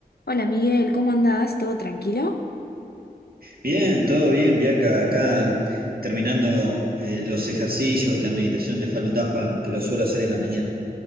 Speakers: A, on the left; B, on the right.
A: Hola Miguel, ¿cómo andás? ¿Todo tranquilo?
B: Bien, todo bien, Bianca. Acá terminando eh, los ejercicios y la meditación de Falun Dafa, que lo suelo hacer en la mañana.